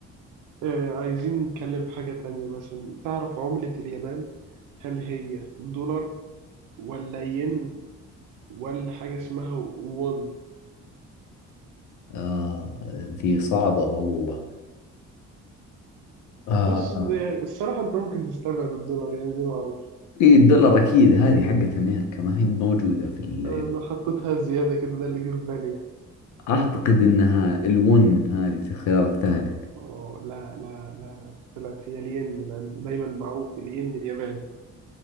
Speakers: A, on the right; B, on the left.
A: آه، عايزين نتكلم في حاجة تانية مثلا تعرف عملة اليابان هل هي دولار ولا ين ولا حاجة اسمها وون
B: آه ذي صعبة والله آه
A: بص ده يعني الصراحة انت ممكن تستبعد الدولار يعني دي معروف
B: إيه الدولار أكيد هذه حقت أمريكا ما هي موجودة في اليابان
A: انا حطيتها زيادة كده ده اللي جه في بالي يعني
B: أعتقد أنها الون هذه الخيار الثالث
A: اه لا لا لا طلعت هي الين لأن دايما معروف الين الياباني